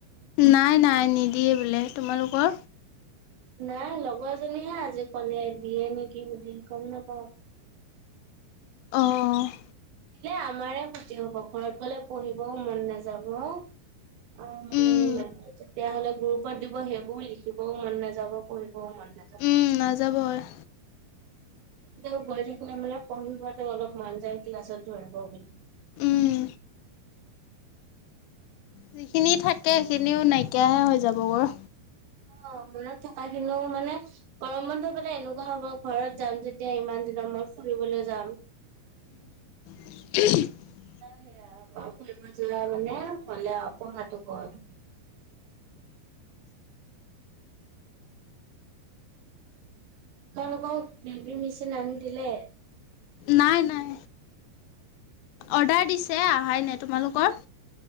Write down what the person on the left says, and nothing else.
নাই নাই নিদিয়ে বোলে তোমালোকৰ?
অ'।
উম,
উম নাযাব আৰু।
উম। যিখিনি থাকে সেইখিনিও নাইকিয়াহে হৈ যাব গৈ।
উ <inaudible>
নাই নাই। অৰ্ডাৰ দিছে অাই ন তোমালোকৰ?